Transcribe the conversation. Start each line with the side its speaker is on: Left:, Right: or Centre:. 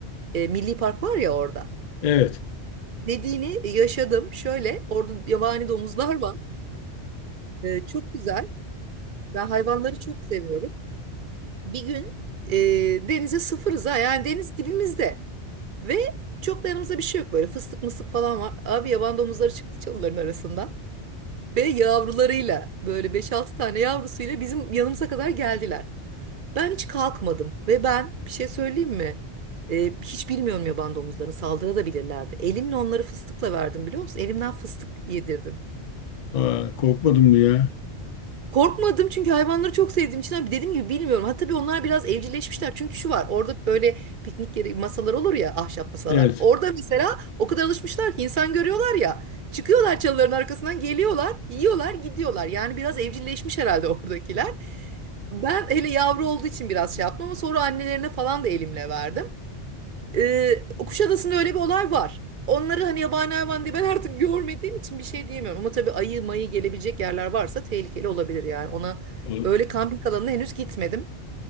Right: E, milli park var ya orada.
Left: Evet,
Right: dediğini yaşadım. Şöyle orada yabani domuzlar var. Ee, çok güzel. Ben hayvanları çok seviyorum. Bir gün e, denize sıfırız ha. Yani deniz dibimizde. Ve çok da yanımızda bir şey yok. Böyle fıstık mıstık falan var. Abi yaban domuzları çıktı çalıların arasından. Ve yavrularıyla böyle beş altı tane yavrusuyla bizim yanımıza kadar geldiler. Ben hiç kalkmadım. Ve ben bir şey söyleyeyim mi? Ee, hiç bilmiyorum yaban domuzlarını saldırabilirlerdi. Elimle onları fıstıkla verdim biliyor musun? Elimden fıstık yedirdim.
Left: Aa, korkmadın mı ya?
Right: Korkmadım çünkü hayvanları çok sevdiğim için abi dediğim gibi bilmiyorum. Ha tabii onlar biraz evcilleşmişler. Çünkü şu var orada böyle piknik yeri masalar olur ya ahşap masalar.
Left: Evet.
Right: Orada mesela o kadar alışmışlar ki insan görüyorlar ya. Çıkıyorlar çalıların arkasından geliyorlar, yiyorlar, gidiyorlar. Yani biraz evcilleşmiş herhalde <laughs> oradakiler. Ben hele yavru olduğu için biraz şey yaptım ama sonra annelerine falan da elimle verdim. Ee, Kuşadası'nda öyle bir olay var. Onları hani yabani hayvan diye ben artık görmediğim için bir şey diyemiyorum. Ama tabii ayı mayı gelebilecek yerler varsa tehlikeli olabilir yani. Ona
Left: Ha.
Right: öyle kamping alanına henüz gitmedim.